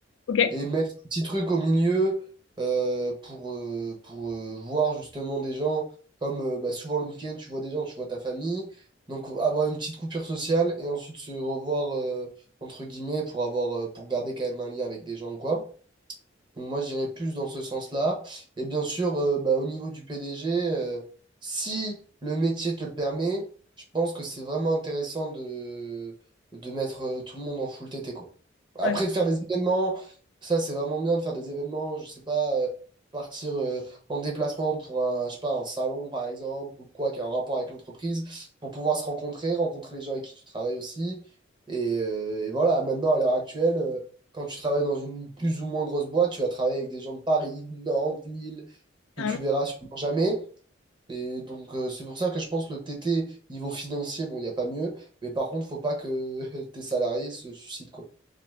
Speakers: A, on the left; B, on the right.
A: Ok.
B: et mettre un petit truc au milieu euh, pour, euh, pour euh, voir justement des gens, comme euh, bah, souvent le week-end, tu vois des gens, tu vois ta famille. Donc euh, avoir une petite coupure sociale et ensuite se revoir euh, entre guillemets pour avoir euh, pour garder quand même un lien avec des gens ou quoi. Donc moi, j'irais plus dans ce sens-là. Et bien sûr, euh, bah, au niveau du PDG, euh, si le métier te le permet, je pense que c'est vraiment intéressant de, de mettre euh, tout le monde en full TT, quoi. Après,
A: Ouais,
B: de faire des événements, ça, c'est vraiment bien de faire des événements, je sais pas, euh, partir euh, en déplacement pour un, je sais pas, un salon, par exemple, ou quoi, qui a un rapport avec l'entreprise, pour pouvoir se rencontrer, rencontrer les gens avec qui tu travailles aussi. Et, euh, et voilà, maintenant, à l'heure actuelle... euh, quand tu travailles dans une plus ou moins grosse boîte, tu vas travailler avec des gens de Paris, de Nantes, Lille,
A: carrément.
B: que tu verras sûrement jamais. Et donc, euh, c'est pour ça que je pense le TT, niveau financier, bon, il n'y a pas mieux. Mais par contre, faut pas que <laughs> tes salariés se suicident, quoi.